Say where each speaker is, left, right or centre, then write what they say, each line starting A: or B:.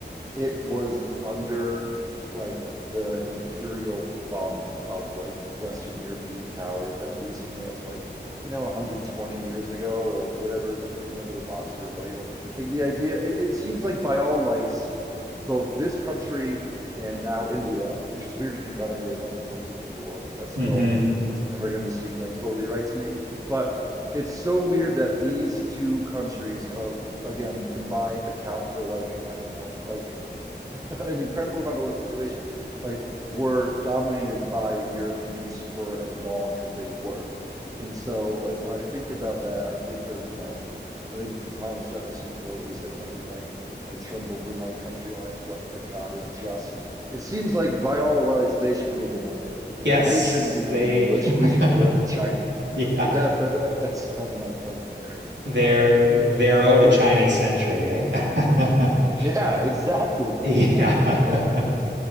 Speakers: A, on the right (about 20°); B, on the right (about 75°).
A: it was under like the imperial thumb of like Western European powers as recently as like, you know, 120 years ago or like whatever, whenever the Boxer Rebellion was. Like the idea, it, it seems like by all lights, both this country and now India, which is weird to think about India as having the most people in the world. Like that's
B: Mm-hmm.
A: still, that's never going to seem like totally right to me. But it's so weird that these two countries of, again, combined account for like, I don't know, like <laughs> an incredible amount of the world's population, like were dominated by Europeans for as long as they were. And so, like when I think about that, I think of, you know, I think it's the Thomas Jefferson quote where he said something like, I tremble for my country when I reflect that God is just. It seems like by all rights they should rule the world, and
B: Yes,
A: that they shouldn't be learning
B: they
A: English. We should
B: <laughs>
A: be learning Chinese.
B: yeah,
A: Like that's that, that's kind of my point there.
B: they're they're owed a Chinese century, eh? <laughs>
A: Yeah, exactly,
B: Yeah.
A: exactly. Yeah,
B: <laughs>